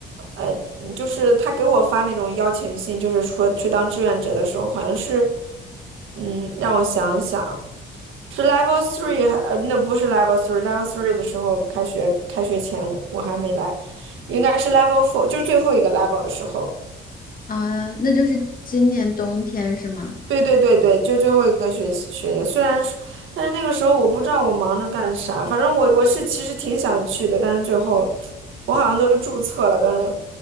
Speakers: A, on the right; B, on the left.
A: 呃，嗯就是他给我发那种邀请信，就是说去当志愿者的时候，好像是，嗯，让我想想。是 Level Three，呃，那不是 Level Three，Level Three 的时候，开学开学前我还没来，应该是 Level Four，就是最后一个 Level 的时候。
B: <laughs> 啊，那就是今年冬天是吗？
A: 对对对对，就最后一个学习学年，虽然说但是那个时候我不知道我忙着干啥，反正我我是其实挺想去的，但是最后我好像都注册了，但是